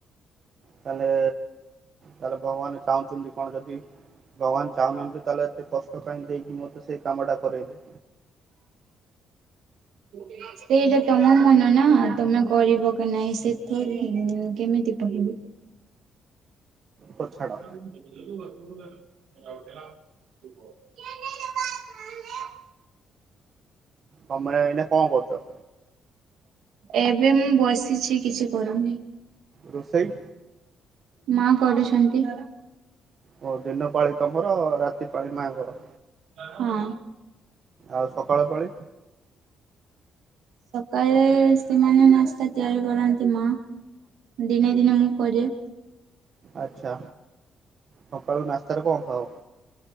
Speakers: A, on the right; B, on the right.
A: ତାହେଲେ, ତାହାଲେ ଭଗବାନ ଚାହୁଁଛନ୍ତି କଣ ଯଦି ଭଗବାନ ଚାହୁଁ ନାହାନ୍ତିୁ ତାହଲେ ଏତେ କଷ୍ଟ କାଇ ଦେଇ କିି ମତେ ସେଇ କାମ ଟା କରେଇଲେ।
B: ହ <inaudible> ସେଇଟା ତମ ମନ ନା, ତମେ କରିବ କି ନାଇଁ ସେଥର କେମିତି କହିବି ଁ <inaudible>
A: ତ
B: <inaudible>
A: ଛାଡ଼।
B: <unintelligible>
A: ତମର ଏଇନା କଣ କରୁଛ?
B: ଏବେ ମୁଁ ବସିଛି, କିଛି କରୁନି।
A: ରୋଷେଇ
B: ମା କରୁଛନ୍ତି।
A: ଓ ଦିନ ପାଳି ତମର, ରାତି ପାଳି ମା ଙ୍କର
B: ହଁ।
A: ଆଉ ସକାଳ ପାଳି
B: କହଳେ ସେମାନେ ନାସ୍ତା ତିଆରି କରନ୍ତି ମା। ଦିନେ ଦିନେ ମୁଁ କରେ।
A: ଆଚ୍ଛା, ସକାଳୁ ନାସ୍ତାରେ କଣ ଖାଅ?